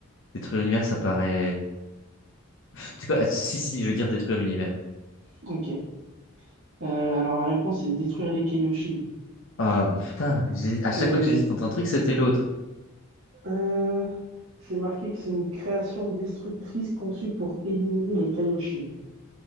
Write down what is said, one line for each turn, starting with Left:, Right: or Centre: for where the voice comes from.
Left: Détruire l'univers, ça paraît. Tu sais quoi? Ah, si, si, je veux dire détruire l'univers.
Right: Ok. Euh, alors, la réponse est détruire les Kaioshin.
Left: Ah, putain, j'ai-
Right: Parce
Left: à
Right: que
Left: chaque fois que j'hésite entre un truc, c'était l'autre.
Right: euh, c'est marqué que c'est une création destructrice conçue pour éliminer les Kaioshin.